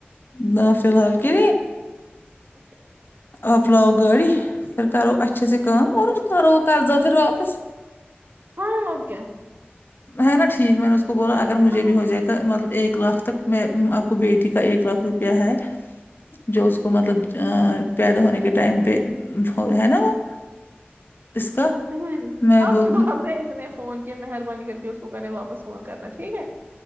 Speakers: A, on the left; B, on the right.
A: نہ فی الحال کے
B: اک
A: آپ لاؤ گاڑی پھر کرو اچھے سے کام اور کرو وہ قرضہ پھر واپس
B: ہاں اور کیا
A: میں ہے نا ٹھیک میں نے اس کو بولا اگر مجھے
B: ہاں ہوں۔
A: بھی ہو جائے گا مطلب ایک لاکھ تک میں آپ کو بیٹی کا ایک لاکھ روپیہ ہے جو اس کو مطلب پیدا ہونے کے ٹائم پہ بھوے ہے نا وہ اس کا
B: ھمم
A: میں
B: آپ
A: بول
B: کے باپ
A: رہی
B: نے اتنے فون کی مہربانی کر کے اس کو پہلے واپس فون کرنا ٹھیک ہے